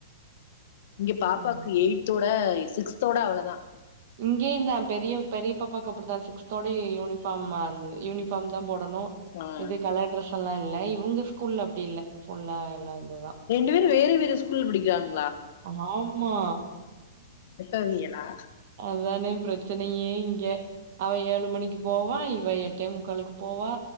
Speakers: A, on the left; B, on the right.
A: இங்க பாப்பாக்கு
B: ம்
A: எயி்தோட சிக்ஸ்தோட அவ்ளோதா
B: இங்கேயந்தா பெரிய பெரிய பாப்பாக்கு அப்டித்தா சிக்ஸ்தோட யூனிஃபாம் ம யூனிஃபாம் தா போடணு
A: ஆ
B: இது கலர் ட்ரெஸ் எல்லா இல்ல இவுங்க ஸ்கூல்ல அப்டி இல்ல ஃபுல்லா எல்லா இதுதா
A: ரெண்டு பேரு வேற வேற ஸ்கூல் படிக்காங்க
B: ஆமா
A: அடபாவியலா
B: அதுதானே ப்ரச்சனையே இங்க அவ ஏழு மணிக்கு போவா இவ எட்டே முக்கால்கு போவா